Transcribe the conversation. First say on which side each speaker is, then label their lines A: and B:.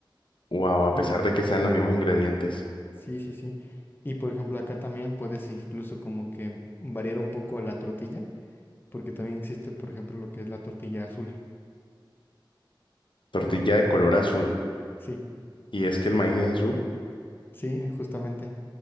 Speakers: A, on the left; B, on the left.
A: Wow, a
B: Y
A: pesar de que sean los mismos ingredientes.
B: sí, sí, sí. Y por ejemplo, acá también puedes incluso como que variar un poco la tortilla, porque también existe, por ejemplo, lo que es la tortilla azul.
A: Tortilla de color azul.
B: Sí,
A: ¿Y es que el maíz es azul?
B: sí, justamente.